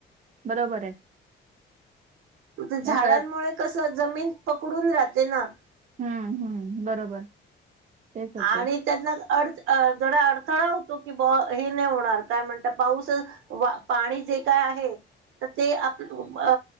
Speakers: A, on the right (about 40°); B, on the right (about 85°).
A: बरोबर आहे.
B: झाडांमुळे
A: या सगळ्यात
B: कसं जमीन पकडून राहते ना.
A: हम्म बरोबर. तेच होते
B: आणि त्यातन अड जरा अडथळा होतो की ब हे नाही होणार, काय म्हणता पाऊस पाणी जे काय आहे. तर ते आप अ